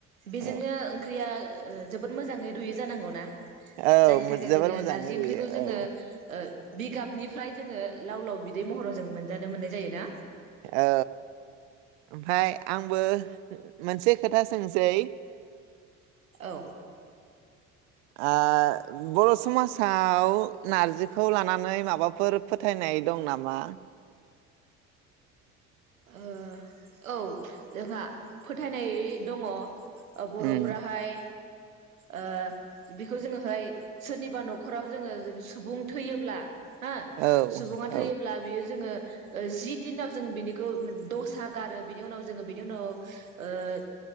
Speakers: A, on the right; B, on the right.
A: बेजोंनो
B: औ
A: ओंख्रिया ओ जोबोद मोजाङै रुयो जानांगौ ना?
B: औ
A: जायनि थाखाय
B: जोबोर
A: जोङो
B: मोजाङै
A: नारजि ओंख्रिखौ
B: रुयो
A: जोङो
B: औ
A: ओ बिगाबनिफ्राय जोङो लाव लाव बिदै महराव जों मोनजानो मोननाय जायोना?
B: औ ओमफाय आंबो मोनसे खोथा सोंसै
A: औ
B: आह बर' समाजाव नारजिखौ लानानै माबाफोर फोथायनाय दं नामा?
A: ओ औ जोंहा फोथायनाय दङ' बर'फोरा
B: उम
A: हाय ओ बेखौ जोङोहाय सोरनिबा नखराव जोङो सुबुं थैयोब्ला हो
B: औ
A: सुबुङा
B: औ
A: थैयोब्ला बियो जोङो जि दिनाव जों बिनि खौ दसा गारो बिनि उनाव जोङो बिनि उनाव ओ